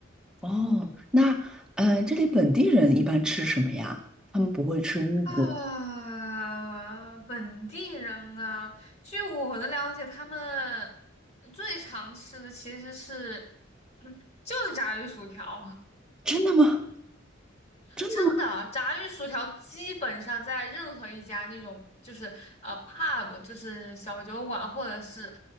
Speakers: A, in the centre; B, on the left.
A: 哦，那嗯、呃这里本地人一般吃什么呀？他们不会吃英国，
B: 啊，本地人啊，据我的了解，他们最常吃的其实是，嗯就是炸鱼薯条。<laughs>
A: 真的吗？真的？
B: 真的啊，炸鱼薯条基本上在任何一家那种就是呃 pub，就是小酒馆，或者是